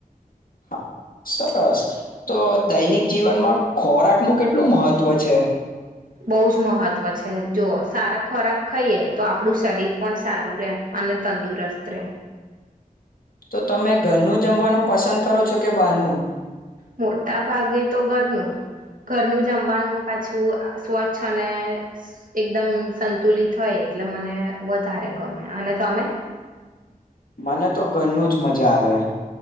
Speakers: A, on the left (about 70°); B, on the right (about 65°).
A: હા સરસ તો દૈનિક જીવનમાં ખોરાકનુ કેટલું મહત્વ છે.
B: બહુ જ મહત્ત્વ છે જો સારા ખોરાક ખાઈએ તો આપણું શરીર પણ સારું રે અને તંદુરસ્ત રહેે.
A: તો તમે ઘરનું જમવાનું પસંદ કરો છો, કે બહારનું?
B: મોટા ભાગે તો ઘરનું ઘરનું જમવાનું પાછું સ્વચ્છ અને એકદમ સંતુલિત હોય એટલે મને વધારે ગમે. અને તમે?
A: મને તો ઘરનું જ મજા આવે.